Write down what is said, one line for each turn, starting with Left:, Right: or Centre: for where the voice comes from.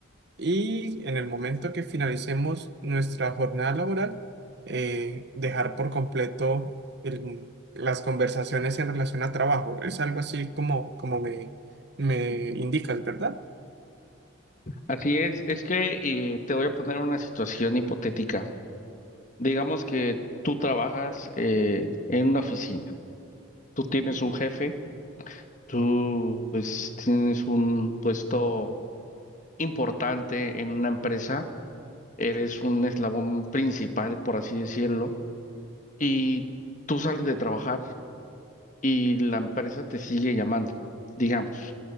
Right: y en el momento que finalicemos nuestra jornada laboral, eh, dejar por completo el- las conversaciones en relación a trabajo. Es algo así como, como me, me indicas, ¿verdad?
Left: Así es, es que eh, te voy a poner una situación hipotética. Digamos que tú trabajas eh, en una oficina, tú tienes un jefe, tú pues tienes un puesto importante en una empresa, eres un eslabón principal, por así decirlo, y tú sales de trabajar y la empresa te sigue llamando. Digamos,